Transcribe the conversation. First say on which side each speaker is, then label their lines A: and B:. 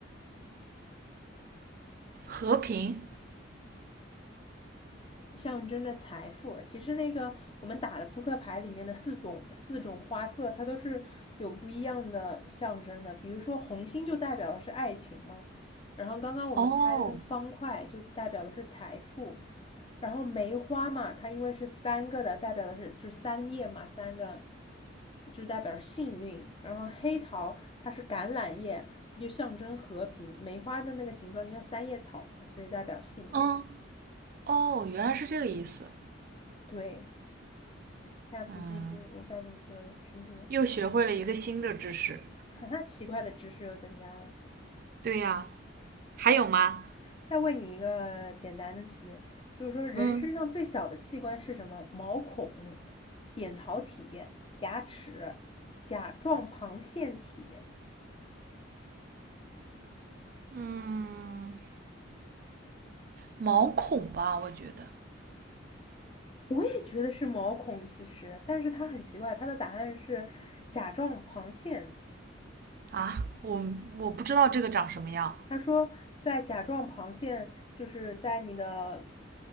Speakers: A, on the right; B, on the left.
A: 和平。
B: 象征着财富。其实那个我们打的扑克牌里面的四种四种花色，它都是有不一样的象征的。比如说红心就代表的是爱情嘛，然后刚刚我们猜的那个方块就代表的是财富，
A: 哦
B: 然后梅花嘛，它因为是三个的，代表的是就是三叶嘛，三个就代表幸运。然后黑桃它是橄榄叶，它就象征和平。梅花的那个形状就像三叶草嘛，所以代表幸运。
A: 嗯，哦，原来是这个意思。
B: 对。下次记住，
A: 嗯，
B: 我下次就记住了。
A: 又学会了一个新的知识。
B: <laughs> 哈哈，奇怪的知识又增加了。
A: 对呀、啊还有吗？
B: 再问你一个简单的题，就是说人身上最小的器官是什么？
A: 嗯，
B: 毛孔、扁桃体、牙齿、甲状旁腺体。
A: 嗯，毛孔吧，我觉得
B: 我也觉得是毛孔，其实，但是它很奇怪，它的答案是甲状旁腺。
A: 啊，我我不知道这个长什么样。
B: 他说，在甲状旁腺，就是在你的